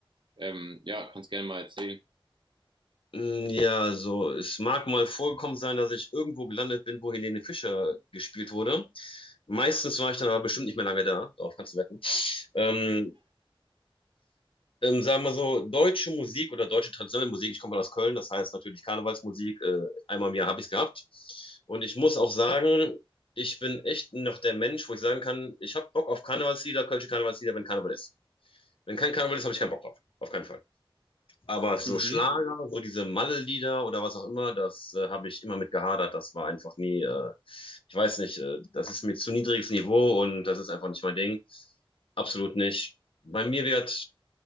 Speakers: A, on the right; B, on the left.
A: Ähm, ja, kannst gerne mal erzählen.
B: Mm, Ja, also es mag mal vorgekommen sein, dass ich irgendwo gelandet bin, wo Helene Fischer gespielt wurde. Meistens war ich dann aber bestimmt nicht mehr lange da, darauf kannst du wetten. Ähm, ähm, sagen wir so, deutsche Musik oder deutsche traditionelle Musik, ich komme aus Köln, das heißt natürlich Karnevalsmusik, äh, einmal im Jahr habe ich es gehabt. Und ich muss auch sagen, ich bin echt noch der Mensch, wo ich sagen kann, ich habe Bock auf Karnevalslieder, kölsche Karnevalslieder, wenn Karneval ist. Wenn kein Karneval ist, habe ich keinen Bock drauf, auf keinen Fall. Aber so
A: Mhm.
B: Schlager, so diese Malle-Lieder oder was auch immer, das äh, habe ich immer mit gehadert. Das war einfach nie, äh, ich weiß nicht, äh, das ist mir zu niedriges Niveau und das ist einfach nicht mein Ding. Absolut nicht. Bei mir wird